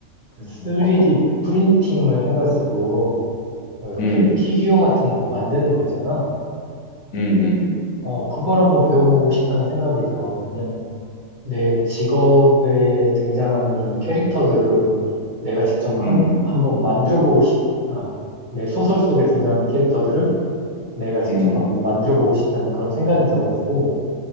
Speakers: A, on the right (about 35°); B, on the left (about 75°).
A: 그 3D
B: 음, 어떤 거?
A: 프린팅을 해가지고, 뭐 이렇게
B: 음,
A: 피규어 같은 거 만드는 거 있잖아.
B: 음, 음,
A: 어, 그걸 한번 배워보고 싶다는 생각이 들어. 왜냐면 내 직업에 등장하는 이런 캐릭터들을 내가 직접 한,
B: 음,
A: 한번 만들어보고 싶, 아, 내 소설 속에 등장하는 캐릭터들을 내가 직접
B: 음,
A: 한번 만들어보고 싶다는 그런 생각이 들어가지고,